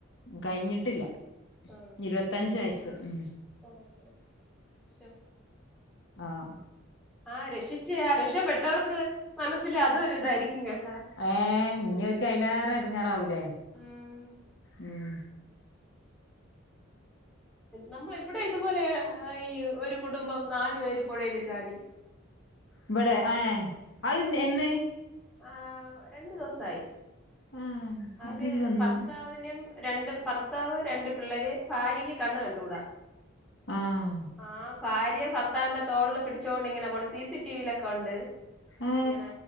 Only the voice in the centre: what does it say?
ആ
ഓ ഓ ശോ
ആഹ് രക്ഷിച്ചേ ആ രക്ഷപ്പെട്ടവർക്ക് മനസ്സിൽ അതൊരു ഇതായിരിക്കും കേട്ടാ
ഉം
നമ്മള ഇവിടെ ഇതുപോലെ ഈ ഒരു കുടുംബം നാലു പേര് പുഴയിൽ ചാടി
ആഹ് രണ്ടു ദിവസായി
അയില്
ഭർത്താവിനും രണ്ട് ഭർത്താവ് രണ്ട് പിള്ളേര് ഭാര്യക്ക് കണ്ണ് കണ്ടൂടാ
ആ ഭാര്യ ഭർത്താവി്ന്റെ തോളില് പിടിച്ചോണ്ട് ഇങ്ങനെ പോണ് സിസി ടി വിയിലൊക്കെ ഉണ്ട്
ഇങ്ങനെ